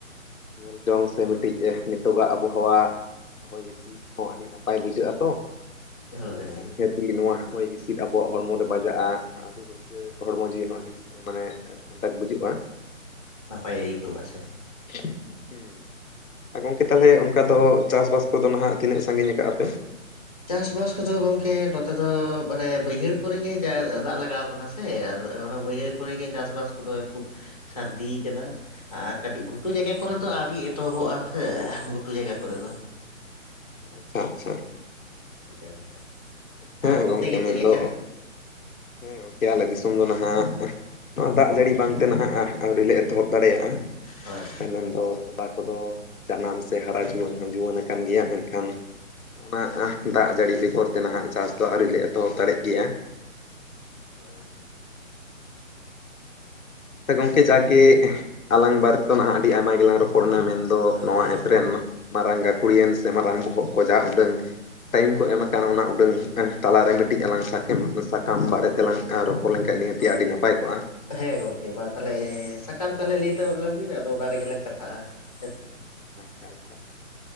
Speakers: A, on the left (about 80°); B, on the left (about 30°).
A: ᱧᱮᱞ ᱡᱚᱝ ᱥᱮ ᱢᱤᱫᱴᱤᱡ ᱱᱤᱛᱚᱜᱟᱜ ᱟᱵᱚᱦᱟᱣᱟ ᱦᱚᱭ ᱦᱤᱸᱥᱤᱫ ᱦᱚᱸ ᱟᱹᱰᱤ ᱱᱟᱯᱟᱭ ᱵᱩᱡᱷᱟᱹᱜᱼᱟ ᱛᱚ ᱾ <inaudible>
B: ᱦᱳᱭ
A: ᱦᱮᱸ ᱟᱨ ᱱᱤᱦᱟᱹᱛ ᱤ ᱱᱚᱣᱟ ᱦᱚᱭ ᱦᱤᱸᱥᱤᱫ ᱟᱵᱚᱣᱟᱜ ᱦᱚᱲᱢᱚ ᱨᱮ ᱵᱟᱡᱟᱜᱼᱟ ᱟᱹᱰᱤ ᱨᱟᱹᱥᱠ ᱟᱹ ᱦᱚᱲᱢᱚ ᱡᱤᱣᱤ ᱦᱚᱸ ᱟᱹᱰᱤ ᱢᱟᱱᱮ ᱴᱷᱟᱱᱰᱟ ᱵᱩᱡᱩᱜᱼᱟ ᱾
B: ᱱᱟᱯᱟᱭ ᱮ ᱟᱹᱭᱠᱟᱹᱜᱼᱟ ᱥᱮ ᱾
A: <inaudible> ᱦᱩᱸ ᱾ ᱟᱨ ᱜᱚᱢᱠᱮ ᱛᱟᱦᱚᱞᱮ ᱚᱱᱠᱟ ᱫᱚ ᱪᱟᱥᱵᱟᱥ ᱠᱚᱫᱚ ᱦᱟᱜ ᱛᱤᱱᱟᱹᱜ ᱥᱟᱺᱜᱤᱧ ᱟᱠᱟᱜᱼᱟ ᱯᱮ?
B: ᱪᱟᱥᱵᱟᱥ ᱠᱚᱫᱚ ᱜᱚᱝᱠᱮ ᱱᱚᱛᱮ ᱫᱚ ᱢᱟᱱᱮ ᱵᱟᱹᱭᱦᱟᱹᱲ ᱠᱚᱨᱮᱜ ᱜᱮ ᱡᱟ ᱫᱟᱜ ᱞᱟᱜᱟᱣ ᱠᱟᱱᱟ ᱥᱮ ᱟᱫᱚ ᱚᱱᱟ ᱵᱟᱹᱭᱦᱟᱹᱲ ᱠᱚᱨᱮ ᱜᱮ ᱪᱟᱥᱵᱟᱥ ᱠᱚᱫᱚ ᱠᱷᱩᱵ ᱥᱟᱨᱫᱤ ᱟᱠᱟᱱᱟ ᱾ ᱟᱨ ᱠᱟᱹᱴᱤᱡ ᱜᱷᱩᱴᱩ ᱡᱟᱭᱜᱟ ᱠᱚᱨᱮᱫ ᱫᱚ ᱟᱹᱣᱨᱤ ᱮᱛᱚᱦᱚᱵᱚᱜᱼᱟ ᱦᱮ ᱜᱷᱩᱴᱩ ᱡᱟᱭᱜᱟ ᱠᱚᱨᱮ ᱫᱚ ᱾
A: ᱟᱪᱪᱷᱟ ᱟᱪᱪᱷᱟ ᱾
B: <inaudible>
A: ᱦᱮᱸ
B: ᱟᱨ ᱚᱱᱛᱮ
A: ᱜᱚᱝᱠᱮ
B: ᱜᱮ
A: ᱢᱮᱱᱫᱚ
B: ᱪᱮᱫᱞᱮᱠᱟ?
A: ᱦᱮᱸ ᱜᱚᱢᱠᱮ ᱟᱞᱮ ᱫᱤᱥᱚᱢ ᱫᱚ ᱱᱟᱦᱟᱜ ᱱᱚᱣᱟ ᱫᱟᱜ ᱡᱟᱹᱲᱤ ᱵᱟᱝᱛᱮ ᱱᱟᱦᱟᱜ ᱟᱹᱣᱨᱤ ᱞᱮ ᱮᱛᱚᱦᱚᱵ ᱫᱟᱲᱮᱭᱟᱜᱼᱟ ᱾
B: ᱦᱳᱭ
A: <unintelligible> ᱫᱚ ᱛᱚᱞᱟ ᱠᱚᱫᱚ ᱡᱟᱱᱟᱢ ᱥᱮ ᱦᱟᱨᱟ ᱡᱩᱣᱟᱹᱱ ᱦᱚᱸ ᱡᱩᱣᱟᱹᱱ ᱟᱠᱟᱱ ᱜᱮᱭᱟ ᱾ ᱢᱮᱱᱠᱷᱟᱱ ᱚᱱᱟ ᱫᱟᱜ ᱡᱟᱹᱲᱤ ᱵᱮᱜᱚᱨ ᱛᱮ ᱱᱟᱦᱟᱜ ᱪᱟᱥ ᱫᱚ ᱟᱹᱣᱨᱤ ᱞᱮ ᱮᱛᱚᱦᱚᱵ ᱫᱟᱲᱮᱜ ᱜᱮᱭᱟ
B: <inaudible> ᱱᱚᱜᱼᱚᱭ
A: ᱥᱮ ᱜᱚᱢᱠᱮ ᱡᱟᱠ ᱜᱮ ᱟᱞᱟᱝ ᱵᱟᱨᱮ ᱛᱮᱫᱚ ᱱᱟᱦᱟᱜ ᱟᱹᱰᱤ ᱟᱭᱢᱟ ᱜᱮᱞᱟᱝ ᱨᱚᱯᱚᱲ ᱮᱱᱟ ᱢᱮᱱ ᱫᱚ
B: ᱦᱳᱭ
A: ᱱᱚᱣᱟ ᱮᱯ ᱨᱮᱱ ᱢᱟᱨᱟᱝ ᱜᱟᱹᱠᱷᱩᱲᱤᱭᱟᱹᱱ ᱥᱮ ᱢᱟᱨᱟᱝ ᱵᱚᱦᱚᱜ ᱠᱚ ᱡᱟ ᱩᱰᱟᱹᱝ ᱴᱟᱭᱤᱢ ᱠᱚ ᱮᱢ ᱟᱠᱟᱱ ᱚᱱᱟ ᱩᱰᱟᱹᱝ ᱛᱟᱞᱟ ᱨᱮ ᱢᱤᱫᱴᱤᱡ ᱟᱞᱟᱝ ᱥᱟᱠᱟᱢ ᱥᱟᱠᱟᱢ ᱵᱟᱨᱮ ᱛᱮᱞᱟᱝ ᱨᱚᱯᱚᱲ ᱞᱮᱱᱠᱷᱟᱱ ᱱᱤᱦᱟᱹᱛᱤ
B: ᱦᱳᱭ
A: ᱟᱹᱰᱤ ᱱᱟᱯᱟᱭ ᱠᱚᱜᱼᱟ ᱾
B: ᱦᱮᱸ ᱜᱚᱝᱠᱮ ᱢᱟ ᱛᱟᱦᱚᱞᱮ ᱥᱟᱠᱟᱢ ᱛᱟᱦᱚᱞᱮ ᱞᱟᱹᱭ ᱛᱟᱞᱟᱝ ᱵᱤᱱ ᱟᱫᱚ ᱚᱱᱟ ᱨᱮᱜᱮᱞᱟᱝ ᱠᱟᱛᱷᱟᱜ-ᱟ ᱦᱮᱸ ᱥᱮ ᱾
A: ᱟᱪᱪᱷᱟ ᱟᱪᱪᱷᱟ ᱾